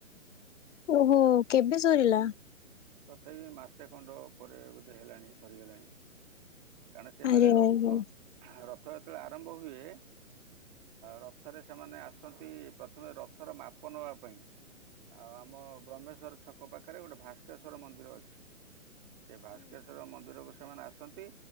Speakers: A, on the left; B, on the right.
A: ଓହୋ କେବେ ସରିଲା।
B: ତଥାପି ମାସେ ଖଣ୍ଡ ପରେ ବୋଧେ ହେଲାଣି ସରିଗଲାଣି। କାରଣ ସେତେବେଳେ
A: ଆରେ ଆରେ
B: ରଥ।
A: ହୁଁ
B: ରଥଯାତ୍ରା ଆରମ୍ଭ ହୁଏ ରଥରେ ସେମାନେ ଆସୁ ପ୍ରଥମେ ରଥର ମାପ ନବା ପାଇଁ ଆଉ ଆମ ବ୍ରହ୍ମେଶ୍ଵର ଛକ ପାଖରେ ଗୋଟେ ଭାସ୍କେଶ୍ଵର ମନ୍ଦିର ଅଛି। ସେ ଭାସ୍କେଶ୍ଵର ମନ୍ଦିରକୁ ସେମାନେ ଆସନ୍ତି